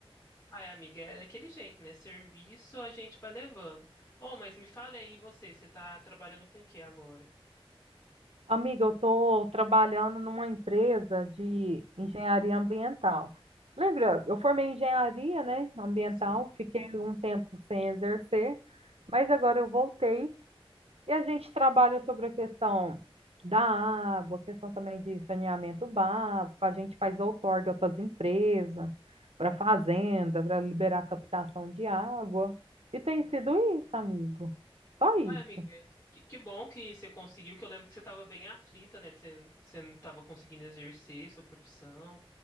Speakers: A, on the left; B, on the right.
A: Ai, amiga, é daquele jeito, né? Serviço a gente vai levando. Oh, mas me fale aí você, você tá trabalhando com o que agora?
B: Amiga, eu estou trabalhando numa empresa de engenharia ambiental. Lembra, eu formei em engenharia, né, ambiental,
A: Sim.
B: fiquei um tempo sem exercer, mas agora eu voltei e a gente trabalha sobre a questão da água, questão também de saneamento básico, a gente faz outorga para as empresas, para fazenda, para liberar a captação de água. E tem sido isso, amigo. Só isso.
A: Ai, amiga, é que, que- que bom que você conseguiu, que eu lembro que você tava bem aflita, né? que Você, você não tava conseguindo exercer sua profissão.